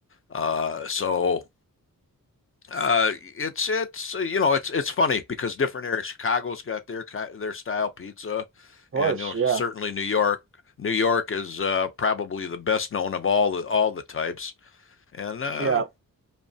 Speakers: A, on the left; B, on the right.
A: Uh, so uh, it's it's uh, you know it's it's funny because different areas. Chicago's got their ki- their style pizza,
B: course.
A: and you know
B: Yeah.
A: certainly New York. New York is uh, probably the best known of all the all the types, and uh,
B: Yeah.